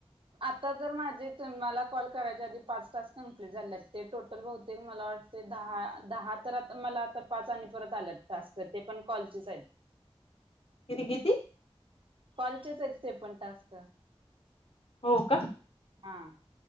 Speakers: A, on the right; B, on the left.
A: आता जर माझे तुम्हाला कॉल करायच्या आधी पाच टास्क कंपलीट झालेत ते टोटल बहुतेक मला वाटतय दहा दहा तर मला पाच आणि परत आन ते पण कॉलचेच यत
B: किती, किती?
A: कॉलचेच आहेत ते पण टास्क.
B: हो का?
A: हा.